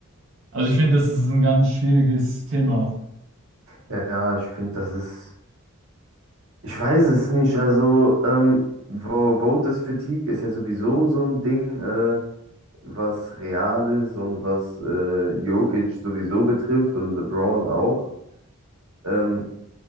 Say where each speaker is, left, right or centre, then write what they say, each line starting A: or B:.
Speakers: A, on the right; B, on the right.
A: also ich finde, das ist ein ganz schwieriges Thema.
B: Ja, ja, ich finde, das ist. Ich weiß es nicht. Also, ähm, Vo- Voters Fatigue ist ja sowieso so ein Ding, äh, was real ist und was äh, Jokic sowieso betrifft und LeBron auch. Ähm,